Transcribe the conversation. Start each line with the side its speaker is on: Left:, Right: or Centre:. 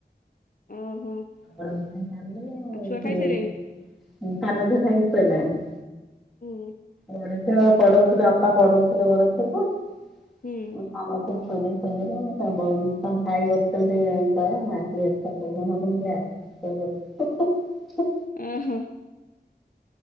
Left: ଓହୋ
Centre: ଆଉ ରୋଷେଇ ସାରିଲୀଣି ଆଉ
Left: ଛୁଆ
Centre: ଝିଅ
Left: ଖାଇସାରିଲେଣି
Centre: ଉଁ ସାନ ଝିଅ ଖାଇକି ଶୋଇଲାଣି।
Left: ହୁଁ।
Centre: ବଡ ଝିଅ ପଢଉଥିଲେ ଅପା ପଢଉଥିଲେ ବଡ ଝିଅକୁ ଉଁ
Left: ହୁଁ
Centre: ସାନ ଝିଅ ଶୋଇପଡ଼ିଲେ ଶୋଇପଡ଼ିବ ନହେଲେ ସମ୍ଭବ ନୁହେଁ ତମ ଭାଇ ବସିଛନ୍ତି ତଳେ ମୁଁ ଆସିଚି ଏଠି ଛାତ ଉପରେ <unintelligible> ଆସିଚି ଛାତ ଉପରେ ହୁଁ ହୁଁ ହୁଁ ହୁଁ।
Left: ଉଁ ହୁଁ।